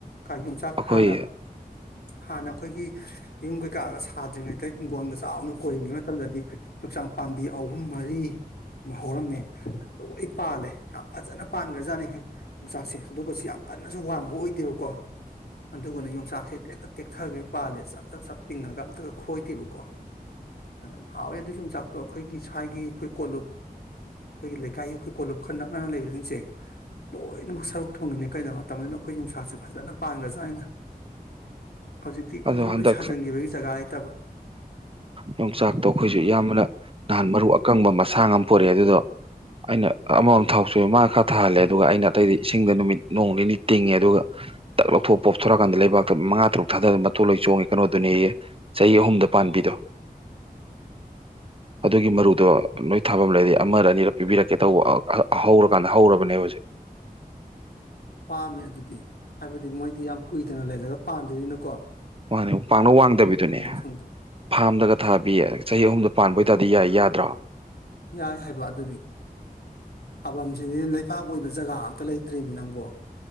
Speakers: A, on the left (about 80°); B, on the right (about 35°).
A: ꯀꯥ ꯌꯣꯡꯆꯥꯛ
B: ꯑꯩꯈꯣꯏ
A: ꯍꯥꯟꯅ ꯍꯥꯟꯅ ꯑꯩꯈꯣꯏꯒꯤ ꯌꯨꯝ ꯀꯩꯀꯥꯒ ꯁꯥꯗ꯭ꯔꯤꯉꯩꯗ ꯍꯤꯡꯒꯣꯜꯒ ꯆꯥꯎꯅ ꯀꯣꯏꯔꯤꯉꯩ ꯃꯇꯝꯗꯗꯤ ꯌꯣꯡꯆꯥꯛ ꯄꯥꯝꯕꯤ ꯑꯍꯨꯝ ꯃꯔꯤ ꯍꯧꯔꯝꯃꯦ ꯂꯣꯏ ꯄꯥꯜꯂꯦ ꯌꯥꯝ ꯐꯖꯅ ꯄꯥꯟꯈ꯭ꯔꯖꯥꯠꯅꯤꯍꯦ ꯌꯣꯡꯆꯥꯛꯁꯦ ꯑꯗꯨꯒꯁꯨ ꯌꯥꯝ ꯀꯟꯅꯁꯨ ꯋꯥꯡꯕ ꯑꯣꯏꯗꯦꯕꯀꯣ ꯑꯗꯨꯒꯅ ꯌꯣꯡꯆꯥꯛꯁꯦ ꯇꯦꯛꯇ ꯇꯦꯛꯊꯔꯒꯩ ꯄꯥꯜꯂꯦ ꯆꯞ ꯆꯞ ꯆꯞ ꯇꯤꯡꯉꯒ ꯑꯝꯇꯒ ꯈꯣꯏꯗꯦꯕꯀꯣ ꯑꯗꯨꯝ ꯍꯥꯎꯋꯦ ꯑꯗꯨ ꯌꯣꯡꯆꯥꯛ ꯆꯥꯛꯇꯣ ꯑꯩꯈꯣꯏꯒꯤ ꯁ꯭ꯋꯥꯏꯒꯤ ꯑꯩꯈꯣꯏ ꯀꯣꯂꯨꯞ ꯑꯩꯈꯣꯏꯒꯤ ꯂꯩꯀꯥꯏꯒꯤ ꯑꯩꯈꯣꯏ ꯀꯣꯂꯨꯞ ꯈꯔ ꯅꯛꯅꯅ ꯂꯩꯕꯁꯤꯡꯁꯦ ꯂꯣꯏꯅꯃꯛ ꯁꯔꯨꯛ ꯊꯣꯡꯉꯤꯅꯦ ꯀꯩꯅꯣ ꯃꯇꯝꯗꯨꯗ ꯑꯩꯈꯣꯏ ꯌꯣꯡꯆꯥꯛꯁꯦ ꯐꯖꯅ ꯄꯥꯡꯅ ꯆꯥꯠꯅꯤꯗ ꯍꯧꯖꯤꯛꯇꯤ ꯀꯣꯏꯁꯨꯝꯗꯣꯏ
B: ꯑꯗꯣ ꯍꯟꯗꯛ
A: ꯁꯥꯖꯟꯈꯤꯕꯒꯤ ꯖꯒꯥ ꯂꯩꯇꯕ
B: ꯌꯣꯡꯆꯥꯛꯇꯣ ꯑꯩꯈꯣꯏꯁꯨ ꯏꯌꯥꯝꯕ ꯅꯍꯥꯟ ꯃꯔꯨ ꯑꯀꯪꯕ ꯃꯁꯥꯡ ꯑꯃ ꯄꯨꯔꯛꯑꯦ ꯑꯗꯨꯗꯣ ꯑꯩꯅ ꯑꯃꯃꯝ ꯊꯥꯎꯁꯨ ꯃꯥꯅ ꯈꯔ ꯊꯥꯍꯜꯂꯦ ꯑꯗꯨꯒ ꯑꯩꯅ ꯑꯇꯩꯗꯤ ꯏꯁꯤꯡꯗ ꯅꯨꯃꯤꯠ ꯅꯣꯡ ꯅꯤꯅꯤ ꯇꯤꯡꯉꯦ ꯑꯗꯨꯒ ꯇꯛ ꯂꯧꯊꯣꯛ ꯄꯣꯞꯊꯣꯔꯛꯀꯥꯟꯗ ꯂꯩꯕꯥꯛꯇ ꯃꯉꯥ ꯇꯔꯨꯛ ꯊꯥꯗ ꯃꯇꯨ ꯂꯣꯏ ꯆꯣꯡꯉꯦ ꯀꯩꯅꯣꯗꯨꯅꯤꯑꯦ ꯆꯍꯤ ꯑꯍꯨꯝꯗ ꯄꯥꯟꯕꯤꯗꯣ ꯑꯗꯨꯒꯤ ꯃꯔꯨꯗꯣ ꯅꯣꯏ ꯊꯥꯐꯝ ꯂꯩꯔ ꯑꯃꯔ ꯑꯅꯤꯔ ꯄꯤꯕꯤꯔꯛ ꯀꯩ ꯇꯧꯕ ꯍꯧꯔꯀꯥꯟꯗ ꯍꯧꯔꯕ ꯅꯦꯕ
A: ꯄꯥꯝꯃꯦ ꯑꯗꯨꯗꯤ ꯍꯥꯏꯕꯗꯤ ꯃꯣꯏꯗꯤ ꯌꯥꯝ ꯀꯨꯏꯗꯅ ꯂꯩꯔꯒ ꯄꯥꯝꯗꯣꯏꯅꯤꯅꯀꯣ
B: ꯃꯥꯅꯦ ꯄꯥꯛꯅ ꯋꯥꯡꯗꯕꯤꯗꯨꯅꯦ
A: ꯈꯪꯗꯦ
B: ꯐꯥꯝꯗꯒ ꯊꯥꯕꯤ ꯆꯍꯤ ꯑꯍꯨꯝꯗ ꯄꯥꯟꯕ ꯑꯣꯏꯇꯥꯔꯗꯤ ꯌꯥꯏ ꯌꯥꯗ꯭ꯔꯥ
A: ꯌꯥꯏ ꯍꯥꯏꯕ ꯑꯗꯨꯗꯤ ꯊꯥꯐꯝꯁꯤꯗꯤꯕꯥꯛ ꯑꯣꯏꯕ ꯖꯒꯥ ꯑꯝꯇ ꯂꯩꯇ꯭ꯔꯤꯃꯤ ꯅꯪꯕꯣ